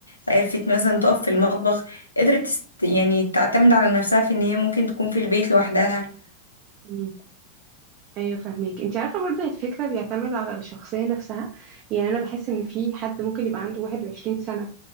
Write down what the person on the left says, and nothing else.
عرفت مثلا تقف في المطبخ قدرت تست- يعني تعتمد على نفسها في ان هي ممكن تكون في البيت لوحدها